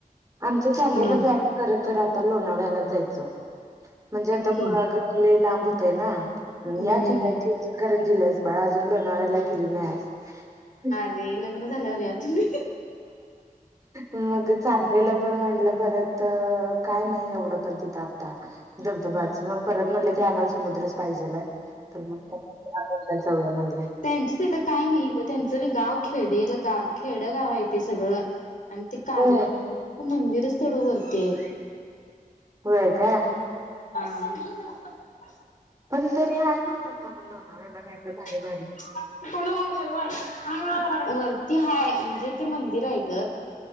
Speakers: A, on the right (about 25°); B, on the left (about 65°).
A: आमच चाललेलं
B: या
A: प्लॅन खर तर आता लोणाव्याला जायचं. जा म्हणजे आता
B: की
A: गुहागर लांब होतंय ना
B: हम्म
A: या कि काय इचलकरंजीला आहेस बाळा अजून. लोणावळ्याला गेली नाही अजून,
B: अरे लग्न झाल्यावर रे या तुम्ही ‌.
A: मग चांगलेलं, पण म्हटलं परत, काय नाही एवढं पण तिथं. आता धबधबाच मग परत म्हटले की आम्हाला समुद्रच पाहिजे. तर मग जाऊया म्हणले.
B: त्यांच तथं काय नाही, त्यांचंी गाव खेडे गाव खेड गाव आहे ते सगळं. आणि ते कार्ले,
A: होय
B: मंदिरच थोडं वरती आहे.
A: होय काय?
B: <unintelligible>
A: पण तरी आहे म्हणतात, ना लोणावळा काय तर
B: <unintelligible> वरती हाय म्हणजे, ते मंदिर आहे ग.